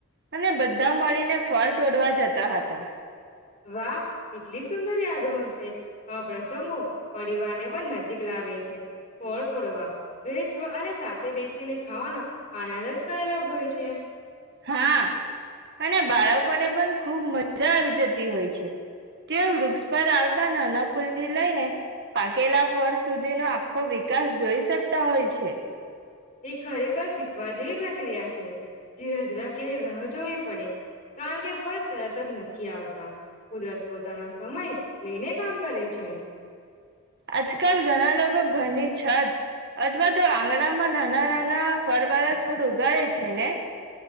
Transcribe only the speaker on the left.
વાહ કેટલી સુંદર યાદો હશે આ પ્રસંગો પરિવારને પણ નજીક લાવે છે ફળ તોડવા વેચવા અને સાથે બેસીને ખાવાનો આનંદ જ કઈ અલગ હોય છે.
એ ખરેખર શીખવા જેવી પ્રક્રિયા છે. ધીરજ રાખીને રાહ જોવી પડે કારણ કે ફરજ તરત જ નથી આવતા કુદરત પોતાનો સમય લઈને કામ કરે છે.